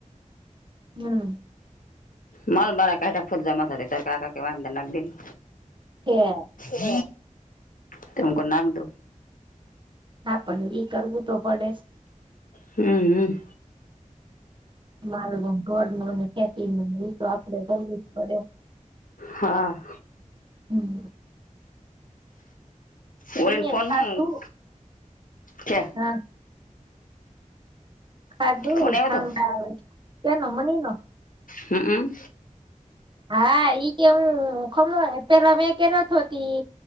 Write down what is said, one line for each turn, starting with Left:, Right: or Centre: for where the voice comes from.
Right: હમ.
Left: મલ માળા ક ફૂર જમાત થ ચકા કા વા નગદી ની
Right: હે
Left: હ ત હું કો નાખ દઉ.
Right: હા પણ બ કરવું તો પડે છ
Left: હમ હમ
Right: માર ઢોળ નું અને ખેતી નું તો આપડે કરવું જ પડે
Left: હા
Right: હમ
Left: ઓવરેન
Right: એમને
Left: ફોન
Right: ખાધું
Left: હું છે
Right: હા ખાધું
Left: ફોન આવ્યો
Right: ખાંંદડા
Left: હતો
Right: અવ કેનો મની નો
Left: હમમ
Right: હા ઈ કે હું ખમ પેલા મેં કે નતી